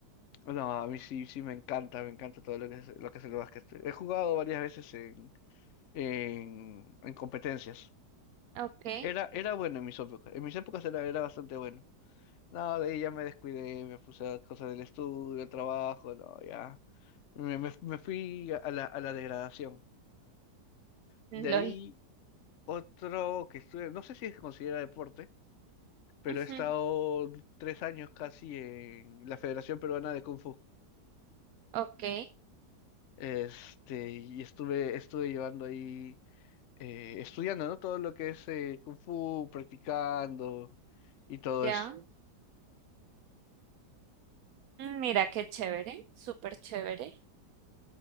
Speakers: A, on the left; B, on the right.
A: No, a mí sí, sí me encanta, me encanta todo lo que es, lo que es el básquet. He jugado varias veces en, en, en competencias.
B: Okay.
A: Era, era bueno en mis épocas. En mis épocas era, era bastante bueno. No, de ahí ya me descuidé, me puse a cosas del estudio, el trabajo, no, ya. Me, me- me fui a la, a la degradación. De
B: LOL.
A: ahí otro que estuve, no sé si se considera deporte. pero
B: Ujú.
A: he estado tres años casi en la Federación Peruana de Kung Fu.
B: Ok,
A: Este, y estuve, estuve llevando ahí, eh, estudiando, ¿no? Todo lo que es eh, Kung Fu, practicando y todo
B: ya.
A: eso.
B: Mm, Mira qué chévere, súper chévere.